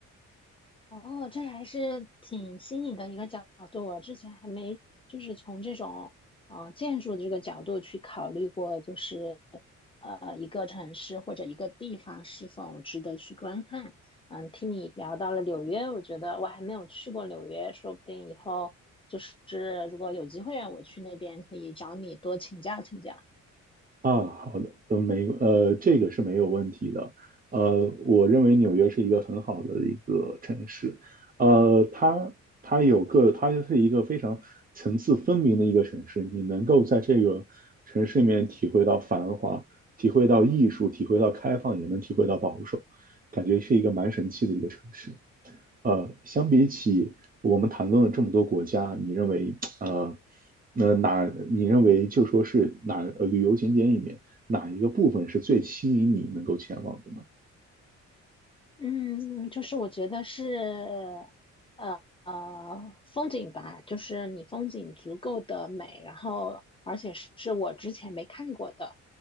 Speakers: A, on the left; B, on the right.
A: 哦，这还是挺新颖的一个角度，我之前还没就是从这种呃建筑的这个角度去考虑过，就是呃一个城市或者一个地方是否值得去观看。嗯，听你聊到了纽约，我觉得我还没有去过纽约，说不定以后就是如果有机会让我去那边，可以找你多请教请教。
B: 啊，好的，呃，没，呃，这个是没有问题的。呃，我认为纽约是一个很好的一个城市，呃，它它有个，它就是一个非常层次分明的一个城市，你能够在这个城市里面体会到繁华，体会到艺术，体会到开放，也能体会到保守，感觉是一个蛮神奇的一个城市。呃，相比起我们谈论了这么多国家，你认为呃，那哪你认为就说是哪呃旅游景点里面哪一个部分是最吸引你能够前往的呢？
A: 嗯，就是我觉得是，呃呃，风景吧，就是你风景足够的美，然后而且是我之前没看过的，